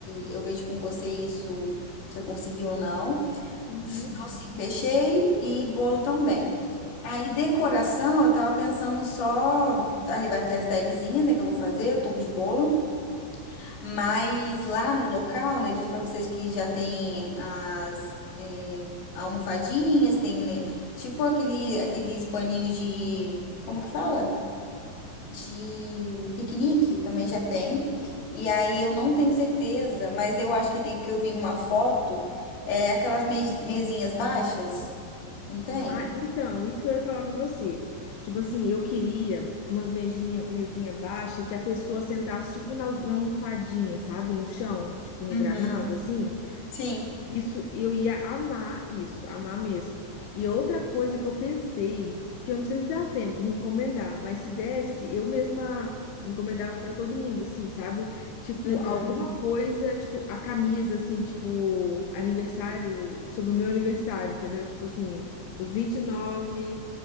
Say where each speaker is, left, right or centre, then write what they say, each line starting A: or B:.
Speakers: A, on the left; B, on the left.
A: eu vejo com você isso, se eu consegui ou não.
B: uhum.
A: Docinho fechei e bolo também. Aí, decoração, eu tava pensando só. Aí vai ter as tagzinhas, né, que eu vou fazer, o topo de bolo. Mas lá no local, né, eu disse pra vocês que já tem as é, almofadinhas, tem, né, tipo aquele, aqueles paninhos de, como que fala? De piquenique, também já tem. E aí eu não tenho certeza, mas eu acho que tem, porque eu vi numa foto, é, aquelas mes- mesinhas baixas, não tem?
B: Ah, então, isso que eu ia falar pra você. Tipo assim, eu queria umas mesinha, mesinha baixa que a pessoa sentasse tipo na, na almofadinha, sabe? No chão, tipo no
A: Uhum.
B: gramado, assim.
A: Sim.
B: Isso, eu ia amar isso, amar mesmo. E outra coisa que eu pensei, que eu não sei se dá tempo de encomendar, mas se desse, eu mesma encomendava pra todo mundo, assim, sabe? Tipo,
A: Uhum.
B: alguma coisa, tipo, a camisa, assim, tipo, aniversário, sobre o meu aniversário, entendeu? Tipo assim, os 29